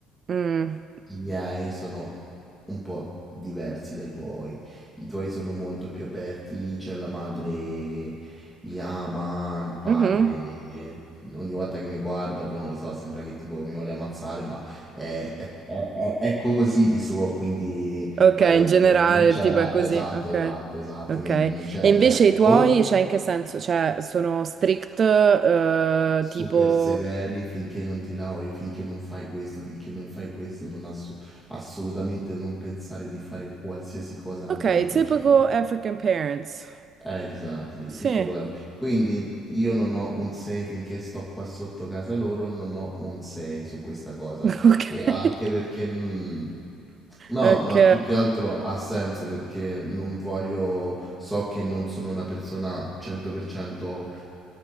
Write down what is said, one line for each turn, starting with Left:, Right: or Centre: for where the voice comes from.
Right: Mm.
Centre: I miei sono un po' diversi dai tuoi. I tuoi sono molto più aperti, cioè la madre mi ama, il padre
Right: Mhm.
Centre: eh, ogni volta che mi guarda, poi non lo so, sembra che tipo mi vuole ammazzare, ma è, è- è- è così di suo, quindi
Right: Ok,
Centre: like,
Right: in generale
Centre: non c'era,
Right: il tipo è così,
Centre: esatto,
Right: ok.
Centre: esatto, esatto,
Right: Ok.
Centre: quindi non c'era
Right: E invece
Centre: niente.
Right: i tuoi,
Centre: Comunque,
Right: cioè in che senso? Cioè, sono strict, eh,
Centre: super
Right: tipo...
Centre: severi finché non ti lauri, finché non fai questo, finché non fai questo, non ass- assolutamente non pensare di fare qualsiasi cosa con
Right: Ok,
Centre: l'altro
Right: typical
Centre: genere.
Right: African parents.
Centre: Exactly,
Right: Sì.
Centre: tipo Clau. Quindi io non ho un 6 finché sto qua sotto casa loro, non ho un 6 su questa cosa.
Right: <laughs> Ok.
Centre: E anche perché non... No,
Right: Ok.
Centre: ma più che altro ha senso perché non voglio, so che non sono una persona 100%,